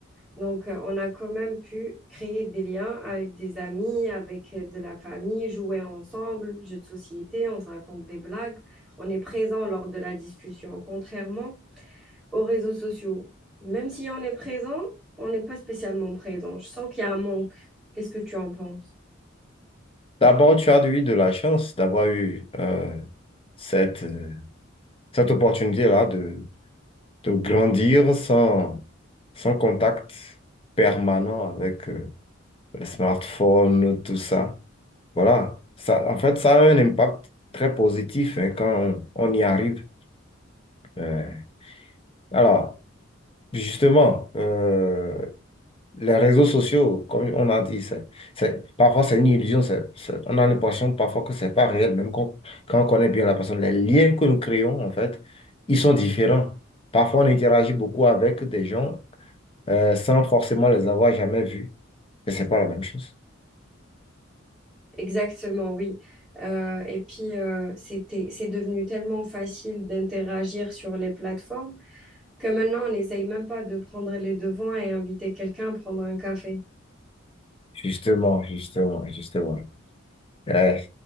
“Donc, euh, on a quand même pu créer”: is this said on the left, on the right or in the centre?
Centre